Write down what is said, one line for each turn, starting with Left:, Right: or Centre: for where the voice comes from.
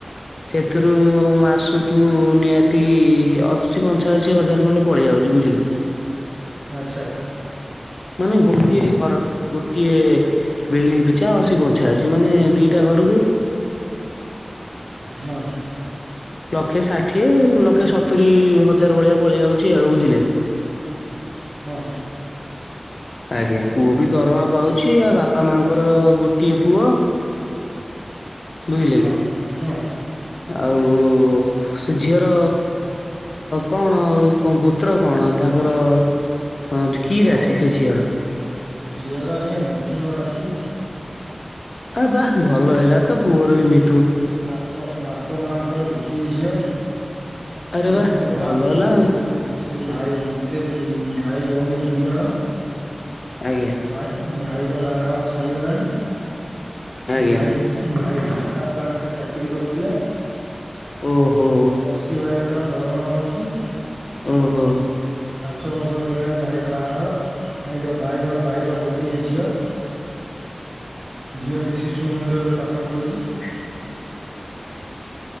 Left: ସେଥିରୁ ମାସକୁ ନିହାତି ଅଶୀ ପଞ୍ଚାଅଶୀ ହଜାର ଖଣ୍ଡେ ପଳେଇ ଆଉ ବଝ ବୁଝିଲି <unintelligible>
Right: ଆଚ୍ଛା
Left: ମାନେ ଗୋଟିଏ ଘର, ଗୋଟିଏ ବିଲ୍ଡିଙ୍ଗ ପିଛା ଅଶୀ ପଞ୍ଚଅଶୀ, ମାନେ ଦିଟା ଘରକୁ
Right: ହଁ
Left: ଲକ୍ଷେ ଷାଠିଏ, ଲକ୍ଷେ ସତୁରି ହଜାର, ଭଳିଆ ପଳେଇ ଯାଉଛି ଆଉ- ବୁଝିଲେ କି? <inaudible>
Right: ହଁ
Left: ଆଜ୍ଞା, ପୁଅ ବି ଦରମା ପାଉଛି, ଆ ବାପା ମାଙ୍କର ଗୋଟିଏ ପୁଅ ବୁଝିଲେ
Right: ହଁ।
Left: କି,
Right: ହଁ
Left: ଆଉ ସେ ଝିଅର କଣ ଆଉ ଗୋତ୍ର କଣ ତାଙ୍କର ହଁ
Right: ତାଙ୍କର
Left: କି ରାଶି
Right: ଅଛି
Left: ସେ ଝିଅର
Right: ଝିଅର ଆଜ୍ଞା -ମିଥୁନ ରାଶି
Left: ଏ ବା ଭଲ ହେଲା ତ ପୁଅର ବି ମି
Right: ବାପ, ବାପ ମାଙ୍କର ଗୋଟିଏ ଝିଅ
Left: ଆରେ
Right: ଏବଂ
Left: ବା
Right: ସେ ଭ
Left: ଭଲ ହେଲା
Right: ସେ
Left: ଆଉ।
Right: ସେ ଭାଇ ସେ ଭାଇ ଭଉଣୀ ଦୁଇ ଜଣ,
Left: ଆଜ୍ଞା
Right: ଭାଇ, ଭାଇର ବାହାଘର ସରିଗଲାଣି
Left: ଆଜ୍ଞା
Right: ଭାଇ, ଭାଇ ଟାଟା ପ୍ଲାଣ୍ଟରେ ଚାକିରି କରିଥିଲା
Left: ଓହୋ
Right: ଅଶି ହଜାର ଟଙ୍କା ଦରମା ପାଉଛି।
Left: ଓହୋ
Right: ପାଞ୍ଚ ବର୍ଷ ହେଇଗଲାଣି ଭାଇର ବାହାଘର, ଭାଇର ଭାଇର ଭାଇର ଗୋଟିଏ ଝିଅ ଝିଅଟି ଶିଶୁ ମନ୍ଦିରରେ ପାଠ ପଢୁଛି।
Left: <inaudible>